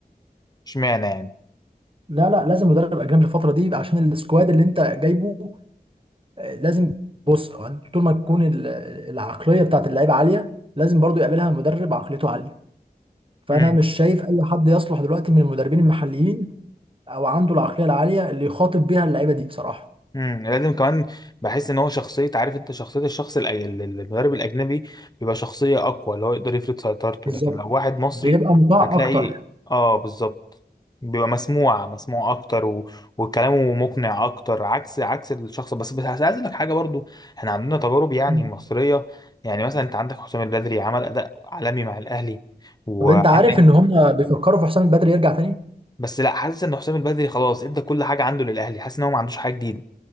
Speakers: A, on the left; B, on the right.
A: اشمعنى
B: لا لا لازم مدرب اجنبي الفتره دي عشان السكواد اللي انت جايبه آه، لازم بص يعني طول ما تكون ال- العقليه بتاعت اللعيبه عاليه لازم برضو يقابلها مدرب عقليته عاليه فانا
A: يعني
B: مش شايف اي حد يصلح دلوقتي من المدربين المحليين او عنده العقليه العاليه اللي يخاطب بيها اللعيبه دي بصراحه
A: امم لازم كمان بحس ان هو شخصيه عارف انت شخصيه الشخص الأي- ال- ال- المدرب الاجنبي بيبقى شخصيه اقوى اللي هو يقدر يفرض سيطرته
B: بالظبط
A: لكن لو واحد مصري
B: بيبقى مطاع
A: هتلاقي
B: اكتر
A: اه بالظبط بيبقى مسموع مسموع اكتر و... وكلامه مقنع اكتر عكس عكس الشخص بس بس عايز اقول لك حاجه برضو احنا عندنا تجارب يعني
B: مم.
A: مصريه يعني مثلا انت عندك حسام البدري عمل اداء عالمي مع الاهلي وعندك
B: طب انت عارف ان هم بيفكروا في حسام البدري يرجع تاني
A: بس لا حاسس ان حسام البدري خلاص ادى كل حاجه عنده للاهلي حاسس ان هو ما عندوش حاجه جديده